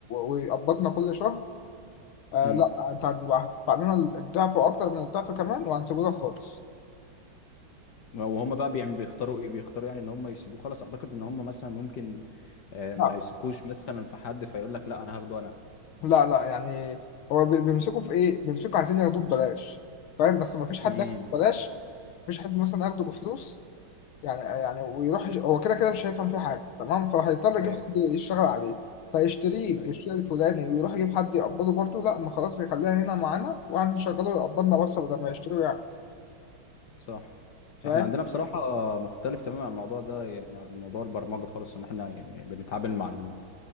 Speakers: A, on the left; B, on the left.
A: ويقبضنا كل شهر آه
B: امم
A: لا انت هتبقى هتدفع لنا الضعف واكتر من الضعف كمان وهنسيبه لك خالص
B: وهم بقى بيعمل بيختاروا ايه بيختاروا يعني ان هم يسيبوه خلاص اعتقد ان هم مثلا ممكن آه،
A: لا
B: ما يثقوش مثلا في حد فيقول لك لا انا هاخده انا
A: لا لا يعني هو بي- بيمسكوا في ايه بيمسكوا عايزين ياخدوه ببلاش فاهم بس ما فيش حد
B: امم
A: ياخده ببلاش مفيش حد مثلا ياخده بفلوس يعني يعني ويروح يش- هو كده كده مش هيفهم فيه حاجه تمام فهيضطر يجيب
B: ايوه
A: حد يشتغل عليه فيشتريه
B: ايوه
A: بالشيء الفلاني ويروح يجيب حد يقبضه برضه لا ما خلاص يخليها هنا معانا وهنشغله يقبضنا بس بدل ما يشتريه يعني
B: صح
A: فاهم
B: احنا عندنا بصراحة مختلف تماما عن الموضوع ده يعني عن موضوع البرمجة خالص ان احنا يعني بنتعامل مع